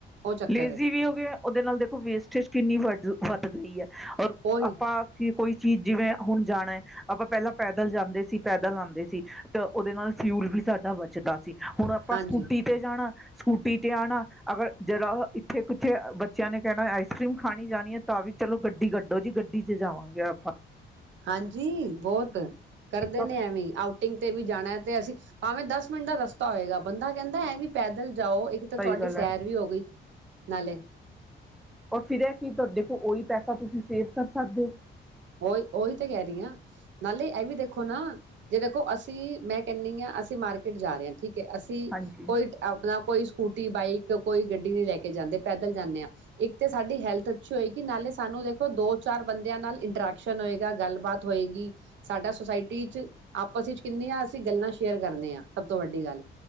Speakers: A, on the right; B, in the centre.
A: ਉਹ ਚੱਕਰ
B: ਲੇਜ਼ੀ ਵੀ ਹੋ ਗਏ ਆ, ਉਹਦੇ ਨਾਲ ਦੇਖੋ ਵੇਸਟੇਜ ਕਿੰਨੀ ਵੱਡ ਵੱਧ ਗਈ ਹੈ ਔਰ
A: ਉਹੀ
B: ਆਪਾਂ ਕੀ ਕੋਈ ਚੀਜ਼ ਜਿਵੇਂ ਹੁਣ ਜਾਣਾ ਹੈ ਆਪਾਂ ਪਹਿਲਾਂ ਪੈਦਲ ਜਾਂਦੇ ਸੀ ਪੈਦਲ ਆਉਂਦੇ ਸੀ ਤਾਂ ਉਹਦੇ ਨਾਲ ਫਿਊਲ ਵੀ ਸਾਡਾ ਵਧ ਦੱਸ ਹੁਣ ਆਪਾਂ
A: ਹਾਂਜੀ
B: ਸਕੂਟੀ ਤੇ ਜਾਣਾ ਸਕੂਟੀ ਤੇ ਆਉਣਾ ਅਗਰ ਜਰਾ ਇੱਥੇ ਕੁੱਛੇ ਬੱਚਿਆਂ ਨੇ ਕਹਿਣਾ ਆਈਸ ਕਰ੍ਰੀਮ ਖਾਣੀ ਜਾਣੀ ਹੈ ਤਾਂ ਵੀ ਚਲੋ ਗੱਡੀ ਕੱਢੋ ਜੀ ਗੱਡੀ ਚ ਜਾਵਾਂਗੇ ਆਪਾਂ
A: ਹਾਂਜੀ ਬਹੁਤ ਕਰਦੇ
B: ਤਾਂ
A: ਨੇ ਐਵੇਂ ਆਊਟਿੰਗ ਤੇ ਵੀ ਜਾਣਾ ਤੇ ਅਸੀਂ ਭਾਵੇਂ ਦਸ ਮਿੰਟ ਦਾ ਰਸਤਾ ਹੋਏਗਾ ਬੰਦਾ ਕਹਿੰਦਾ ਹੈ ਵੀ ਪੈਦਲ ਜਾਓ ਇੱਕ ਤਾਂ ਤੁਹਾਡੀ
B: ਸਹੀ ਗੱਲ
A: ਸੈਰ
B: ਹੈ
A: ਵੀ ਹੋ ਗਈ ਨਾਲਲੇੇ
B: ਰ ਫਿਰ ਇਹ ਕੀ ਦੇਖੋ ਉਹੀ ਪੈਸਾ ਤੁਸੀਂ ਸੇਵ ਕਰ ਸਕਦੇ ਹੋ
A: ਉਓਹੀ ਉਹੀ ਤਾਂ ਕਹਿ ਰਹੀ ਹਾਂ ਨਾਲੇ ਇਹ ਵੀ ਦੇਖੋ ਨਾ ਜੇ ਦੇਖੋ ਅਸੀਂ ਮੈਂ ਕਹਿੰਦੀ ਹਾਂ ਅਸੀਂ ਮਾਰਕੀਟ ਜਾ ਰਹੇ ਹਾਂ ਠੀਕ ਹੈ ਅਸੀਂ
B: ਹਾਂਜੀ
A: ਕੋਈ ਆਪਣਾ ਕੋਈ ਸਕੂਟੀ ਬਾਈਕ ਕੋਈ ਗੱਡੀ ਨਹੀ ਲੈ ਕੇ ਕੇ ਜਾਂਦੇ ਪੈਦਲ ਜਾਂਦੇ ਹਾਂ ਇੱਕ ਤੇ ਸਾਡੀ ਹੈਲਥ ਅੱਛੀ ਹੋਏਗੀ ਨਾਲੇ ਸਾਨੂੰ ਦੇਖੋ ਦੋ ਚਾਰ ਬੰਦਿਆਂ ਨਾਲ ਇੰਟਰੈਕਸ਼ਨ ਹੋਏਗਾ ਗੱਲਬਾਤ ਹੋਏਗੀ ਸਾਡਾ ਸੁਸਾਇਟੀ ' ਆਪਸ ਵਿੱਚ ਕਿੰਨੀਆਂ ਅਸੀਂ ਗੱਲਾਂ ਸ਼ੇਅਰ ਕਰਨੇ ਹਾਂ ਸਭ ਤੋਂ ਵੱਡੀ ਗੱਲ